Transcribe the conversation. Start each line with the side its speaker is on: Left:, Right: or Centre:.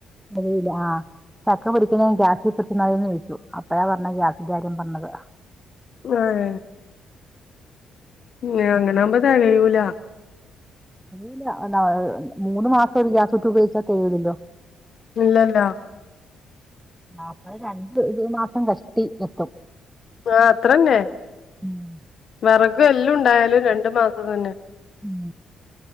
Centre: <unintelligible> ചക്ക കുടിക്കുന്ന ഗ്യാസിൽപ്പിച്ചെന്നന്ന് ചോച്ചു അപ്പഴാ പറഞ്ഞ ഗ്യാസി കാര്യം പറഞ്ഞത്
Left: ആഹ ഉം അങ്ങനാമ്പ തെകയൂല
Centre: ഉല്ല മൂന്ന് മാസം ഒരു ഗ്യാസുട്ട് ഉപയോഗിച്ചാ തേവടല്ലോ
Left: ഇല്ലല്ല
Centre: അപ്പൾ രണ്ട് ഇ മാസം കഷ്ടി എത്തും
Left: ആ അത്രന്നെ
Centre: ഉം.
Left: വിറകു എല്ലുണ്ടായാലും രണ്ടു മാസം തന്നെ
Centre: ഉം